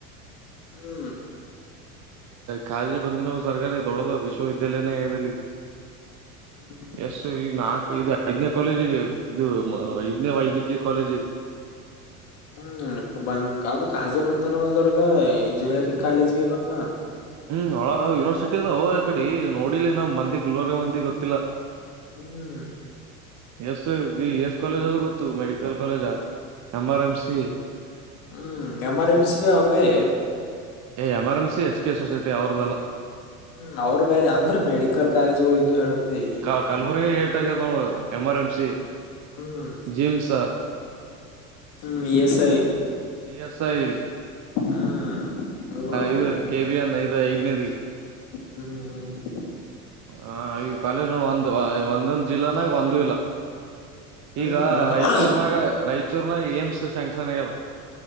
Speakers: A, on the left; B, on the right.
A: ಹ್ಮ್
B: ಕಾಳಜಿ ಬಂದಿನೋ ತರ್ಕಾರಿ ದೊಡ್ಡದ ವಿಶ್ವವಿದ್ಯಾಲಯನೇಗಲ್ಲಿ
A: ಹ್ಮ್
B: ಎಸ್ ಈ ನಾ ಇದು ಐದನೇ ಕಾಲೇಜ್ಗೆ ಇದು ಐದನೇ ವೈದ್ಯಕೀಯ ಕಾಲೇಜ್
A: ಹ್ಮ್ ಬಂದ ಅದು ಕಾಜೆ ಬಂದೇನದರ್ಗ ಇಂಜಿನಿಯರಿಂಗ್ ಕಾಲೇಜ್ ಬಿ ಅದಪಾ
B: ಹ್ಮ್ ಒಳಗ ಯೂನಿವರ್ಸಿಟಿದ ಅವ ಯ ಕಡೆ ನೋಡಿಲಿ ನಮ್ ಮಂದಿ ಗುಲ್ಬರ್ಗ ಮಂದಿ ಗೊತ್ತಿಲ್ಲ
A: ಹ್ಮ್
B: ಎಸ್ ಎಸ್ ಕಾಲೇಜ್ ಅದು ಗೊತ್ತು medical college M R M C
A: ಹ್ಮ್ ಎಮರ್ ಎನ್ಸಿ ಬಿ ಅವ್ರದೇ
B: ಏ M R M C H K society ಅವ್ರದ್ದಲ್ಲಾ
A: ಹ್ಮ್ ಅವ್ರ ಬೇರೆ <unintelligible> ಇದ್ದು ಹೇಳತಿ
B: ಹ ಕಲಬುರ್ಗ ಏಟ್ ಆಗ್ಯದ ನೋಡು ಎಮ ಆರ್ ಎಂ ಸಿ
A: ಹ್ಮ್
B: ಜಿಮ್ಸ್
A: ಹ್ಮ್ ಎ ಸ
B: ಎಸ್ ಐ
A: ಹ್ಮ್ ಮೂರದು
B: ಇದು ಕೆಬಿಯನ್ ಇದು ನಿದ
A: ಹ್ಮ್ ಹ್ಮ್
B: ಹ ಈ ಕಾಲೇಜ್ ನೋಡ ಒಂದು ಒಂದೊಂದ್ ಜಿಲ್ಲಾನ ಈ ಒಂದ ಇಲ್ಲ
A: ಹ್ಮ್
B: ಈಗ
A: ಹ್ಮ್
B: ರಾಯಚೂರ್ನಾಗ ರಾಯ ಚೂರ್ನ ಏಮ್ಸ್ ಶೆಂಗ್ಸನ್ಗ ಅದು